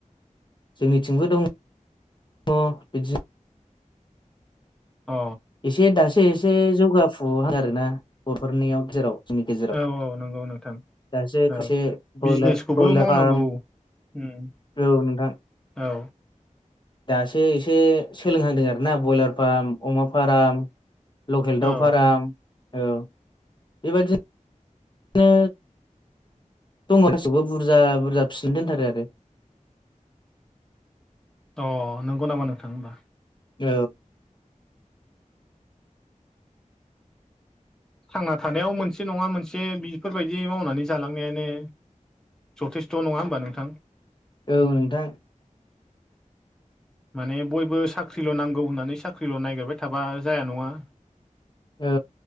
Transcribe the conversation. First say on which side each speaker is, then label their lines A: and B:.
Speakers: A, on the left; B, in the centre.
A: जोंनिथिंबो दं दंङ बिदिनो।
B: अ
A: एसे दासो एसे जौगाफु आरोना बरफोरनियाव गेजेराव। जोंनि गेजेराव
B: औ औ नंगौ नोंथां
A: दासो खायसे
B: औ
A: ब्रयलार
B: बिजनेसखौबो
A: ब्रयलार
B: मावनांगौ।
A: फार्म
B: उम
A: औ नोंथां
B: औ।
A: दासो एसे सोलोंहांदों आरोना ब्रयलार फार्म अमा फार्म लकेल
B: औ
A: दाउ फाराम औ। बेबायदि नो दङ गाैखौबो बुरजा बुरजा फिसिनो दोनथारो आरो।
B: अ नंगौ नामा नोंथां होमबा।
A: औ।
B: थांना थानायाव मोनसे नङा मोनसे बेफोरबायदि मावनानै जालांनायानो जथेस्थ' नङा होमबा नोंथां।
A: औ नोंथां।
B: माने बयबो साख्रिल' नांगौ होननानै साख्रिल' नायागिरबाय थाबा जाया नङा
A: औ